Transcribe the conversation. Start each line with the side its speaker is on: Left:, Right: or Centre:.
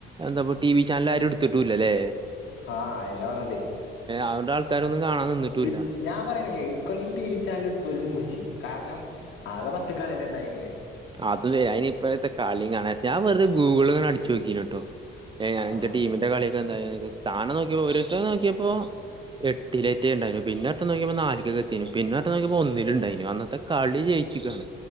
Right: എന്താ ടി വി ചാനൽ ആരും എടുത്തിട്ടൂല്ല ല്ലല്ലേ
Left: ആ അയിന്നെ പറഞ്ഞത്
Right: അതുകൊണ്ട് ആൾക്കാരൊന്നും കാണാൻ നിന്നിട്ടുംല്ല
Left: അടുത്ത് ഞാൻ പറയണ കേക്ക് ഇക്കൊല്ലം ടി വി ചാനൽ എടുത്തലും മൂ കാരണം ആകെ പത്ത് കളിയല്ലേ ഇണ്ടായിക്കണേ
Right: അതും ശരി അതിനി ഇപ്പഴത്തെ കളി കാണാൻ ഞാൻ വെറുതെ ഗൂഗിൾങ്ങനെ അടിച്ചുനോക്കിന് കേട്ടോ ഏ ഞാനെ
Left: ആഹ്
Right: എന്റെ ടീമിന്റെ കളിയൊക്കെ എന്ത സ്ഥാനം നോക്കിയപ്പോ ഒരിസം നോക്കിയപ്പോ എട്ടിലേറ്റ ഉണ്ടായിു പിന്നട്ട നോക്കിയ്പോ നാലല്ക്കെ എത്തിന് പിന്നട്ട നോക്കിയ്പ ഒന്നില ഉണ്ടായി അന്നത്തെ കളി ജയിച്ച ചിക്കാണ്